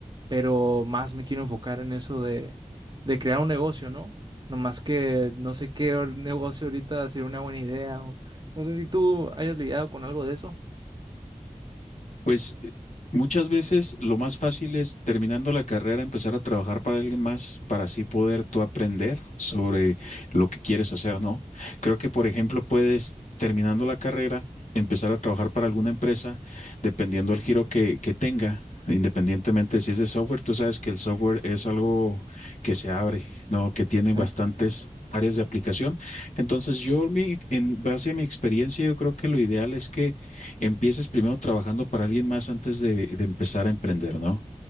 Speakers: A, on the right; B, on the left.
A: pero más me quiero enfocar en eso de, de crear un negocio, ¿no? Nomás que no sé qué or- negocio ahorita sería una buena idea. o- no sé si tú hayas lidiado con algo de eso.
B: Pues eh, muchas veces lo más fácil es terminando la carrera empezar a trabajar para alguien más para así poder tú aprender sobre lo que quieres hacer, ¿no? Creo que, por ejemplo, puedes terminando la carrera empezar a trabajar para alguna empresa dependiendo del giro que, que tenga. Independientemente si es de software, tú sabes que el software es algo que se abre, ¿no? Que tiene bastantes
A: Sí,
B: áreas de aplicación. Entonces, yo, mi, en base a mi experiencia, yo creo que lo ideal es que empieces primero trabajando para alguien más antes de, de empezar a emprender, ¿no?